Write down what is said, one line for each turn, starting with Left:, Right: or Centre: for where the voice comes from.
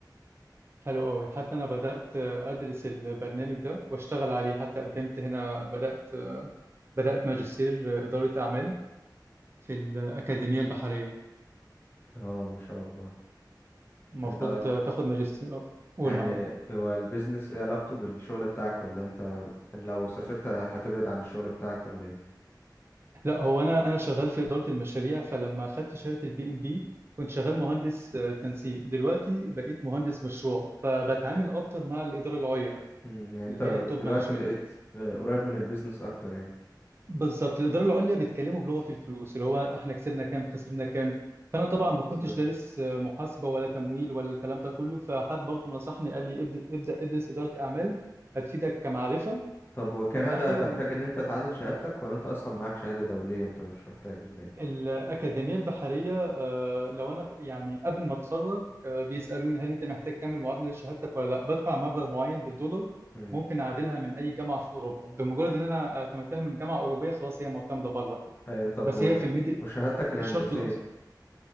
Right: حلو قوي حتى انا بدات ادرس البرنامج ده واشتغل عليه حتى قدمت هنا بدات بدات ماجستير اداره اعمال في الاكاديميه البحريه
Left: اه ما شاء الله
Right: المفروض
Left: انت
Right: تاخد ماجستير آه، قول
Left: يعني
Right: معاك
Left: هو البيزنس ايه علاقته بالشغل بتاعك ولا انت لو سافرت هتبعد عن الشغل بتاعك ولا ايه
Right: لا هو انا انا شغال في اداره المشاريع فلما اخدت شهاده البي ام بي كنت شغال مهندس آه، تنسيق دلوقتي بقيت مهندس مشروع فبتعامل اكتر مع الاداره العليا
Left: مم، يعني انت
Right: اللي هي التوب
Left: دلوقتي
Right: مانجمنت
Left: بقيت آه، قريب من البيزنس اكتر يعني
Right: بالظبط الاداره العليا بيتكلموا بلغه الفلوس اللي هو احنا كسبنا كام خسرنا كام فانا طبعا
Left: مم،
Right: ما كنتش
Left: بالظبط
Right: دارس آه، محاسبه ولا تمويل ولا الكلام ده كله فحد برضو نصحني قال لي ابدا ابدا ادرس اداره اعمال هتفيدك كمعرفه
Left: طب وكندا
Right: من ناحيه
Left: تحتاج
Right: ومن
Left: ان انت تعادل شهادتك ولا انت اصلا معاك شهاده دوليه انت مش محتاج ولا ايه
Right: الاكاديميه البحريه آه، لو انا يعني قبل ما اتخرج آه، بيسالوني هل انت محتاج تعمل معادله لشهادتك ولا لا بدفع مبلغ معين بالدولار
Left: مم.
Right: ممكن اعادلها من اي جامعه في اوروبا بمجرد ان انا اعتمدتها من جامعه اوروبيه خلاص هي معتمده بره كده
Left: ايوه طب
Right: بس
Left: و...
Right: هي في الميدي
Left: وشهادتك الهندسية
Right: في الشرق الاوسط